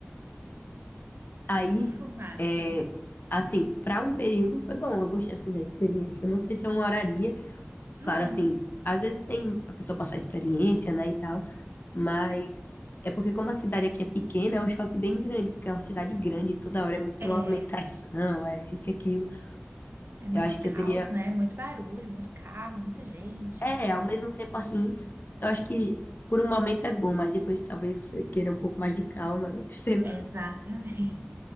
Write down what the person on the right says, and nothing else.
tudo fumaça.
Uhum.
É,
é muito
caos,
né? Muito barulho, muito carro, muita gente.
Exatamente,